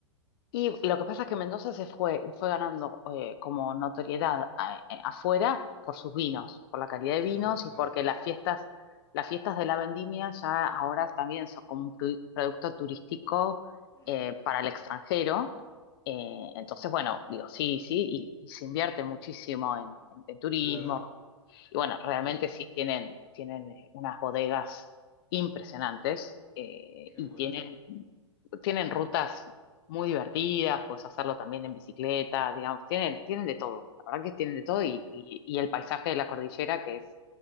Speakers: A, on the left; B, on the left.
A: Y lo que pasa es que Mendoza se fue, fue ganando eh, como notoriedad a- eh, afuera por sus vinos, por la calidad de vinos
B: Ah,
A: y
B: vale,
A: porque
B: vale,
A: las
B: vale, vale.
A: fiestas, las fiestas de la vendimia ya ahora también son como un produ- producto turístico
B: Ujú,
A: eh, para el extranjero. Eh, entonces, bueno, digo, sí, sí, y, y se invierte muchísimo en, en- en turismo,
B: Claro,
A: y bueno, realmente
B: claro.
A: sí tienen, tienen eh, unas bodegas impresionantes eh,
B: Qué
A: y
B: bueno.
A: tienen, tienen rutas muy divertidas, puedes hacerlo también en bicicleta, digamos, tienen, tienen de todo, la verdad que tienen de todo y,
B: Mm, mm,
A: y-
B: mm.
A: y el paisaje de la cordillera que es